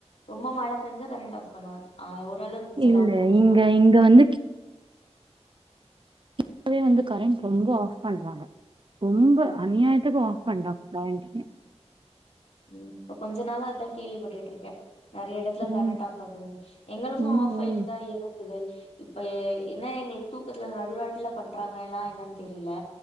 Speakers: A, on the left (about 60°); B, on the right (about 45°).
A: ரொம்ப மழ பேஞ்சா கரண்ட் ஆஃப் பண்ணுவார் ஆ ஓரளவுக்கு செஞ்சலா
B: இல்ல
A: பண்ண மாட்டா
B: இங்க இங்க வந்து இப்பவே வந்து கரண்ட் ரொம்ப ஆஃப் பண்றாங்க ரொம்ப அநியாயத்துக்கு ஆஃப் பண்றாங்க கரண்ட்
A: உ இப்ப கொஞ்ச நாளா அதா கேள்விப்பட்டுட்ருக்கே நெறையா எடத்துல
B: ம்
A: கரண்ட் ஆஃப் ஆகுது எங்களுக்கு
B: ம்
A: ஆஃப் ஆயிட்டு
B: ம்
A: தா இருந்தது இப்ப என்ன எங்களுக்கு தூக்கத்துல நடுரோட்டுல பண்றாங்க எல்லா என்னன் தெரியில